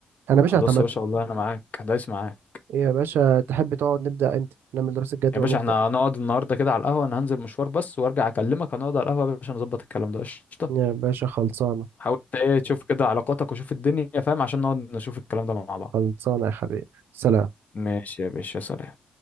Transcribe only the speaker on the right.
انا يا باشا
اعتمدت
إيه يا باشا تحب تقعد نبدأ امتى نعمل دراسة جدوى
ونبدأ
يا باشا خلصانة
خلصانة يا حبيبي سلام